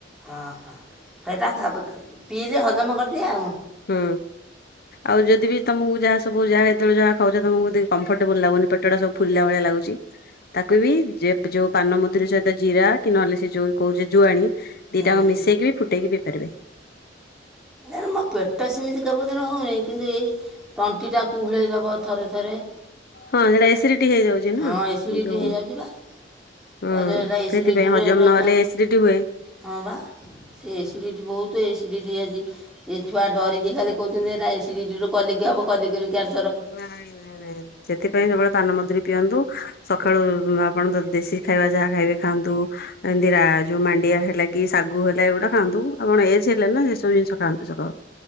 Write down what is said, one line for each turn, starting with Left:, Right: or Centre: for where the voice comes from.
Centre: ହଁ ହଁ ହେଇଟା ଖାବ ପିଇଲେ ହଜମ କରିଦିଏ ଆଉ।
Left: ହୁଁ। ଆଉ ଯଦି ବି ତମକୁ ଯାହା ସବୁ ଯାହା ଯେତେବେଳେ ଯାହା ଖାଉଛ ତମକୁ ଯଦି କଫର୍ଟବୁଲ ଲାଗୁନି ପେ ପେଟ ଟା ସବୁ ଫୁଲିଲା ଭଳିଆ ଲାଗୁଛି ତାକୁ ବି ଯେ ଯୋଉ ପାନମଧୁରୀ ସହିତ ଜିରା କି ନହେଲେ ସେ ଯଉ କହୁଛ ଜୁଆଣି
Centre: ହୁଁ
Left: ଦିଟାଙ୍କ ମିଶେଇକି ବି ଫୁଟେଇକି ପାରିବେ।
Centre: ନା ମୋ ପେଟ ସେମିତି କବଧାନ ହଉନାହିଁ କିନ୍ତୁ ଏଇ ତଣ୍ଟିଟା କୁହୁଳେଇ ଦେବ ଥରେ ଥରେ।
Left: ହଁ ସେଇଟା ଏସିଡିଟି ହେଇଯାଉଛି ନା
Centre: ହଁ ଏସିଡ଼ିଟି
Left: ଯଉ
Centre: ହେଇଯାଉଛି ବା କହିଲେ
Left: ଉଁ
Centre: ଏଇଟା ଏସିଡ଼ିଟିରେ
Left: ସେଇଥିପାଇଁ ହଜମ
Centre: ଏଇଟା
Left: ନହେଲେ
Centre: କୁହ।
Left: ଏସିଡିଟି ହୁଏ।
Centre: ହଁ ବା ସେ ଏସିଡ଼ିଟି ବହୁତ ଏସିଡ଼ିଟି ହେଇଚି। ସେ ଛୁଆ ଡରିକି ଖାଲି କହୁଛନ୍ତି ଏରା ଏସିଡିଟି ରୁ କଲିକି ହବ କଲିକିରୁ କ୍ୟାନ
Left: ନାଇଁ ନାଇଁ ନାଇଁ ନାଇଁ ସେଥିପାଇଁ ଜମା ପାନମଧୁରୀ ପିଅନ୍ତୁ। ସକାଳୁ ଆପଣ ଦେଶୀ ଖାଇବା ଯାହା ଖାଇବେ ଖାଆନ୍ତୁ। ଏନ୍ଦିରା ଯୋଉ ମାଣ୍ଡିଆ ହେଲା କି ଶାଗୁ ହେଲା ଏଗୁଡା ଖାଆନ୍ତୁ। ଆପଣ ଏଜ ହେଲାଣି ନା ଏସବୁ ଜିନିଷ ଖାଆନ୍ତୁ ସକାଳୁ।